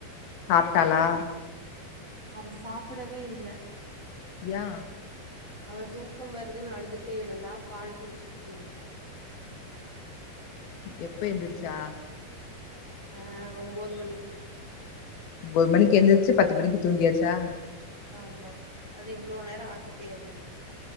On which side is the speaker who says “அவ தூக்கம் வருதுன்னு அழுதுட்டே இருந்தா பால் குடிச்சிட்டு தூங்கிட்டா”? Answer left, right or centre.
Left